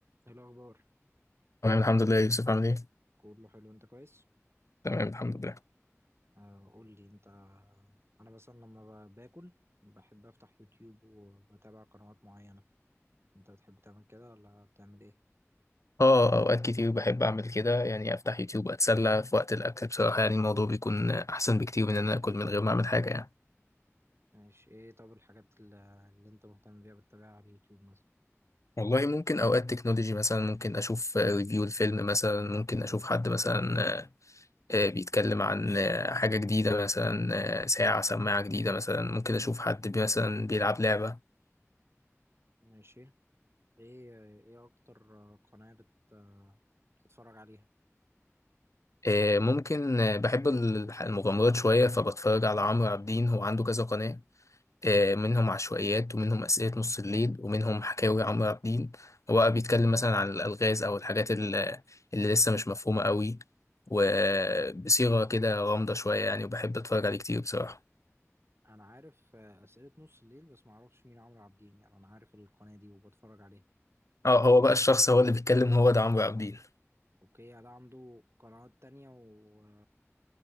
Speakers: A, on the right; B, on the left.
A: ايه الاخبار
B: تمام الحمد لله يا يوسف عامل ايه؟
A: كله حلو انت كويس
B: تمام الحمد لله
A: آه قول لي انت انا مثلا لما ب- باكل بحب افتح يوتيوب وبتابع قنوات معينة انت بتحب تعمل كده ولا بتعمل ايه
B: اه اوقات كتير بحب اعمل كده يعني افتح يوتيوب اتسلى في وقت الاكل بصراحة يعني الموضوع بيكون احسن بكتير من ان انا اكل من غير ما اعمل حاجة يعني
A: ماشي ايه طب الحاجات اللي, اللي انت مهتم بيها بتتابعها على اليوتيوب مثلا
B: والله ممكن اوقات تكنولوجي مثلا ممكن اشوف ريفيو الفيلم مثلا ممكن اشوف حد مثلا آه، بيتكلم عن آه، حاجة جديدة مثلا آه، ساعة سماعة جديدة مثلا ممكن اشوف حد بي- مثلا بيلعب لعبة
A: ماشي ايه ايه اكتر قناة بت بتتفرج عليها
B: آه، ممكن آه، بحب الح- المغامرات شوية فبتفرج على عمرو عابدين هو عنده كذا قناة آه، منهم عشوائيات ومنهم أسئلة نص الليل ومنهم حكاوي عمرو عبد الدين هو بقى بيتكلم مثلا عن الألغاز أو الحاجات اللي, اللي لسه مش مفهومة قوي وبصيغة كده غامضة شوية يعني وبحب أتفرج عليه كتير بصراحة
A: انا عارف آه، اسئلة نص الليل بس ما اعرفش مين عمرو عابدين يعني انا عارف القناة دي وبتفرج عليها بس
B: اه هو بقى الشخص هو اللي بيتكلم هو ده عمرو عبد الدين
A: اوكي يعني ده عنده قنوات تانية و